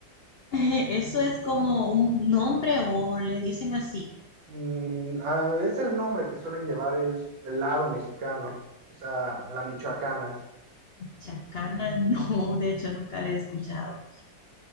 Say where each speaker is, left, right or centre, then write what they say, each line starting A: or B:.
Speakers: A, on the left; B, on the right.
A: Eso es como un nombre o le dicen así.
B: Mm, ah, es el nombre que suelen llevar, es el lado mexicano, o sea, la michoacana.
A: Chacana, <laughs> no, de hecho nunca la he escuchado.